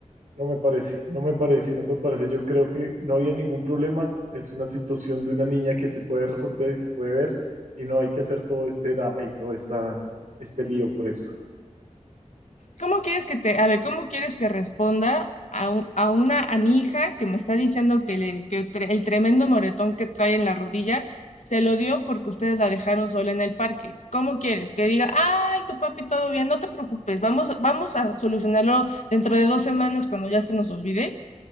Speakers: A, on the right; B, on the left.
A: No me parece, no me parece, no me parece. Yo creo que no había ningún problema. Es una situación de una niña que se puede resolver y se puede ver y no hay que hacer todo este drama y todo esta, este lío por eso.
B: ¿Cómo quieres que te, a ver, cómo quieres que responda a, un a una, a mi hija que me está diciendo que, le, que tre- el tremendo moretón que trae en la rodilla se lo dio porque ustedes la dejaron sola en el parque? ¿Cómo quieres que diga, ay, tu papi, todo bien, no te preocupes, vamos, vamos a solucionarlo dentro de dos semanas cuando ya se nos olvide?